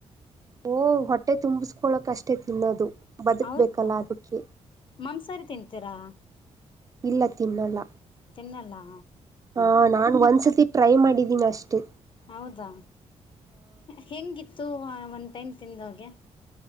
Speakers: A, on the right; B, on the left.
A: ಓಹೋ, ಹೊಟ್ಟೆ ತುಂಬಿಸಕೊಳಕ ಅಷ್ಟೇ ತಿನ್ನೋದು. ಬದುಕ್ಬೇಕಲ್ಲ
B: ಹೌದಾ!
A: ಅದಕ್ಕೆ
B: ಮಾಂಸಾಹಾರಿ ತಿಂತೀರಾ
A: ಇಲ್ಲ ತಿನ್ನಲ್ಲ
B: ತಿನ್ನಲ್ಲಾ
A: ಹಾ, ನಾನ್ ಒಂದ್ಸತಿ ಟ್ರೈ ಮಾಡಿದ್ದೀನಿ ಅಷ್ಟೇ,
B: ಹೌದಾ! ಹೆೇಂಗಿತ್ತು ಒನ್ ಟೈಮ್ ತಿಂದಾಗೆ.